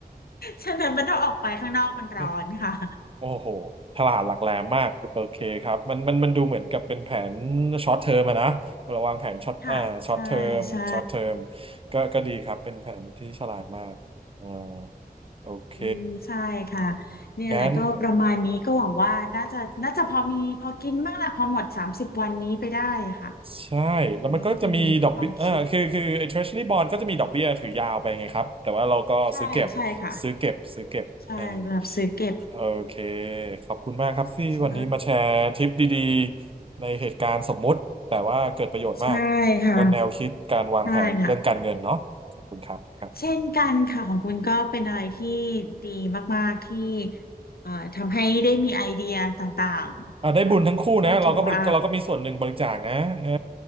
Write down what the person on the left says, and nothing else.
ฉะนั้นมันต้องออกไปข้างนอกมันร้อนค่ะ
ค่ะใช่ใช่
อืมใช่ค่ะเนี่ยแหละก็ประมาณนี้ก็หวังว่าน่าจะน่าจะพอมีพอกินบ้างและพอหมดสามสิบวันนี้ไปได้อะค่ะ
อันนี้ก็เป็นความคิด
ใช่ใช่ค่ะ
ใช่แบบซื้อเก็บ
ใช่ใช่ค่ะ
ใช่ค่ะเช่นกันค่ะของคุณก็เป็นอะไรที่ดีมากๆที่เอ่อทำให้ได้มีไอเดียต่างๆค่ะ
ก็ถือว่า